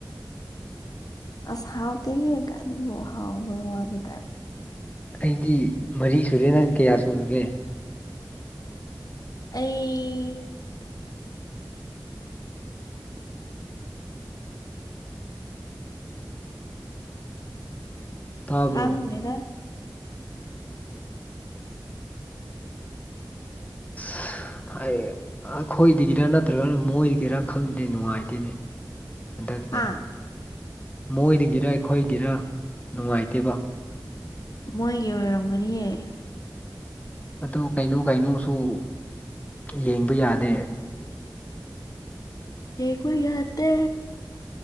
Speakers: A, on the left; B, on the left.
A: ꯑꯁ ꯍꯥꯎꯇꯦꯍꯦ ꯑꯗꯨꯕꯨ ꯍꯥꯎꯕ ꯋꯥꯠꯂꯤꯗ꯫
B: ꯑꯩꯗꯤ ꯃꯔꯤ ꯁꯨꯔꯦ ꯅꯪ ꯀꯌꯥ ꯁꯨꯔꯒꯦ꯫
A: ꯑꯩ ꯇ
B: ꯇꯥꯕ꯭ꯔꯣ
A: ꯈꯪꯗꯦꯗ
B: <unintelligible> ꯍꯥꯏꯌꯦ ꯑꯩꯈꯣꯏꯗꯒꯤꯔ ꯅꯠꯇ꯭ꯔꯒꯅ ꯃꯣꯏꯗꯒꯤꯔ ꯈꯪꯗꯗꯦ ꯅꯨꯡꯉꯥꯏꯇꯦꯅꯦ ꯍꯟꯗꯛꯁꯦ
A: ꯍꯥꯥ
B: ꯃꯣꯏꯗꯒꯤꯔ ꯑꯩꯈꯣꯏꯒꯤꯔ ꯅꯨꯡꯉꯥꯏꯇꯦꯕ
A: ꯃꯣꯏꯒꯤ ꯑꯣꯏꯔꯝꯒꯅꯤꯍꯦ
B: ꯑꯗꯨ ꯀꯩꯅꯣ ꯀꯩꯅꯣꯁꯨ ꯌꯦꯡꯕ ꯌꯥꯗꯦ꯫
A: ꯌꯦꯡꯕ ꯌꯥꯇꯦ꯫